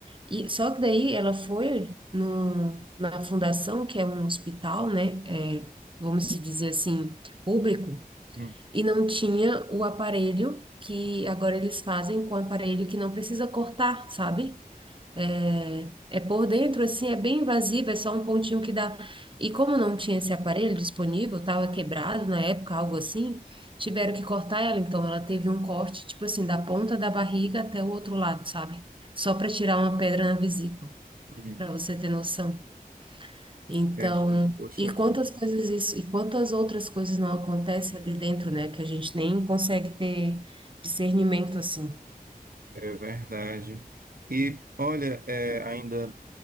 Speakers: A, on the right; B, on the right.
A: E só que daí ela foi no, na fundação, que é um hospital, né? É, vamos dizer assim, público,
B: uhum,
A: e não tinha o aparelho que agora eles fazem com o aparelho que não precisa cortar, sabe? É, é por dentro, assim, é bem invasiva, é só um pontinho que dá. E como não tinha esse aparelho disponível, estava quebrado na época, algo assim, tiveram que cortar ela. Então, ela teve um corte, tipo assim, da ponta da barriga até o outro lado, sabe? Só para tirar uma pedra na vesícula,
B: uhum.
A: para você ter noção. Então,
B: Este, poxa
A: e
B: vida.
A: quantas coisas isso, e quantas outras coisas não acontecem ali dentro, né? Que a gente nem consegue ter discernimento assim.
B: É verdade. E olha, é, ainda